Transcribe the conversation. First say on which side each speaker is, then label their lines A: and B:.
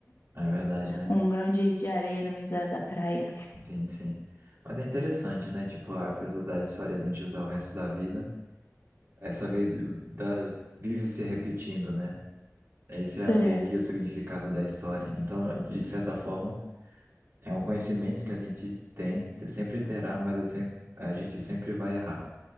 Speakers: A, on the right; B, on the left.
A: É verdade, né?
B: com um grão de, de areia no meio da, da praia.
A: Sim, sim. Mas é interessante, né? Tipo, apesar da história a gente usar o resto da vida, essa vida da- vive se repetindo, né? Esse é
B: É,
A: meio que
B: é,
A: o significado da história. Então, de certa forma, é um conhecimento que a gente tem, sempre terá, mas a sempre- a gente sempre vai errar.